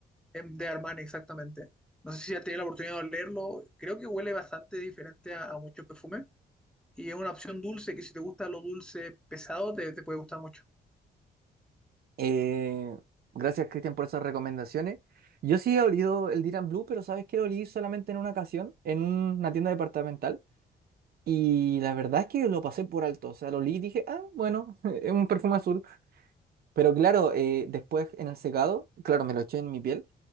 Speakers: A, in the centre; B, on the right.
A: Em, De Armani, exactamente. No sé si has tenido la oportunidad de olerlo, creo que huele bastante diferente a, a muchos perfumes y es una opción dulce que si te gusta lo dulce pesado te, te puede gustar mucho.
B: Eh, gracias, Cristian, por esas recomendaciones. Yo sí he olido el Dylan Blue, pero sabes que lo olí solamente en una ocasión, en una tienda departamental. Y la verdad es que lo pasé por alto. O sea, lo olí y dije, ah, bueno, <laughs> es un perfume azul. Pero claro, eh, después en el secado, claro, me lo eché en mi piel.